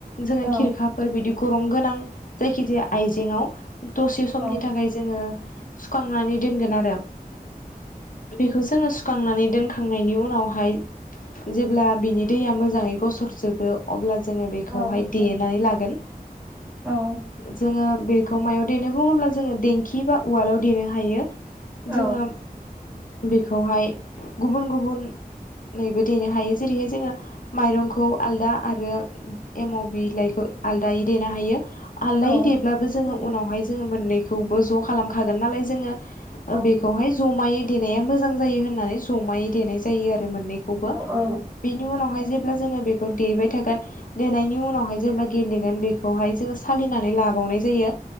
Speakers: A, on the left (about 60°); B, on the right (about 15°).
A: जोङो
B: औ
A: खिरखाफोर बिदि गरं गोनां। जायखिजाया आइजेंआव दसे समनि
B: औ
A: थाखाय जोङो। सुखांनानै दोनगोन आरो बेखौ जोङो। सुखांनानै दोनखांनायनि उनावहाय जेब्ला बिनि दैया मोजाङै गसर जोबो अब्ला जोङो बेखौहाय
B: औ
A: देनानै लागोन
B: औ
A: जोङो। बेखौ मायाव देनो बुङोब्ला जोङो देंखि बा उवालाव देनो हायो।
B: औ
A: जोङो बेखौहाय गुबुन गुबुन नैबो देनो हायो जेरैहाय जोङो माइरंखौ आलदा आरो एमाव बिलाइखौ आलदायै देनो हायो। आलदाय
B: औ
A: देब्लाबो जोङो
B: औ
A: उनावहाय जोङो मोननैखौबो ज' खालामखागोन नालाय जोङो
B: औ
A: बेखौहाय जमायै देनाया मोजां जायो होननानै जमायै देनाय जायो आरो मोननैखौबो
B: औ
A: बेनि उनावहाय जेब्ला जोङो बेखौ देबाय थागोन। देनायनि उनावहाय जेब्ला गेलेगोन बेखौहाय जोङो सालिनानै लाबावनाय जायो।